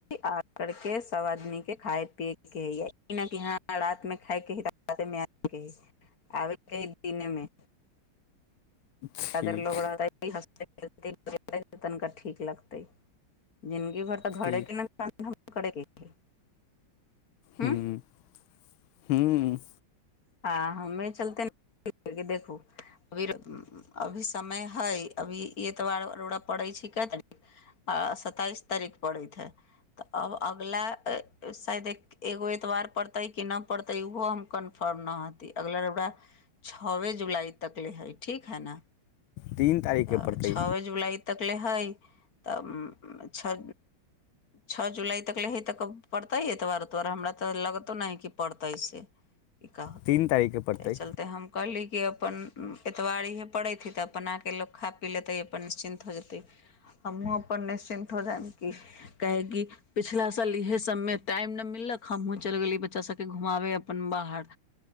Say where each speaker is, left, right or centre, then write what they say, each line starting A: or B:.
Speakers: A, on the left (about 45°); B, on the left (about 75°).
A: आ करके सब आदमी के खाय पियएके ह य <unintelligible> न य रात मे खायके है रात मे ह आबेके ह, दिने मे
B: ठीक
A: र लग <unintelligible> <unintelligible> तनिका ठीक लगतै जिनगी भर तऽ
B: ठीक
A: घरे के ने क हम करै के है हूं
B: हूँ हूँ
A: हँ हमे चलते देखू, अभी-अभी समय हई अभी यत बार रोरा तऽ पड़ै छै, क तार आ सताइस तारीख पड़ैत हइ। तऽ अब अगला शायद ऐक एगो एतबार पड़ते कि नय पढ़ते उहो हम कन फॉर्म न हती, अगलारा छवे जुलाई तक ले हइ ठीक है न।
B: तीन तारीखके
A: तऽ
B: पड़तै
A: छओे जुलाइ तकले हइ तऽ छओ छओ जुलाई तक ले हे तऽ पड़तै, एतबारतबारे हमरा तऽ लगतो न है कि पड़तै से क का होतै,
B: तीन तारीखके पड़तै
A: तऽ एहि चलते हम कहली कि अपन एतबार इहे पड़ैत ह तऽ अपन आके लोक खा पी लेतै अपन निश्चिन्त हो जेतै, आ मुूँ अपन निश्चिन्त हो जाइम कि। काहे की पिछिला साल इएह सभमे टाइम नहि मिललक, हमहूँ चलि गेली बच्चाभके घुमाबै अपन बाहर।